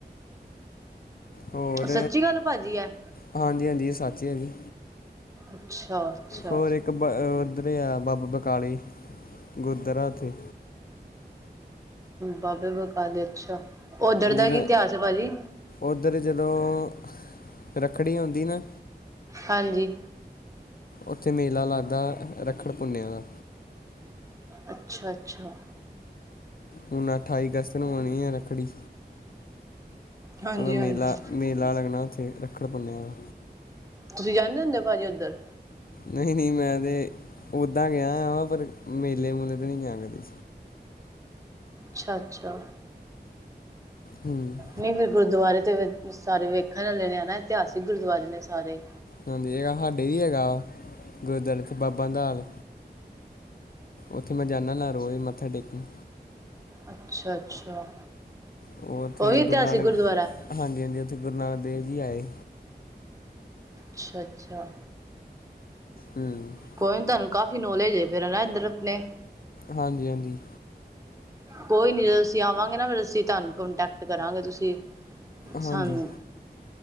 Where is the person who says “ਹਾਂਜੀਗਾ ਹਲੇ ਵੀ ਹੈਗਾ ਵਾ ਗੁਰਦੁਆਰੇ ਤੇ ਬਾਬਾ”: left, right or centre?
Left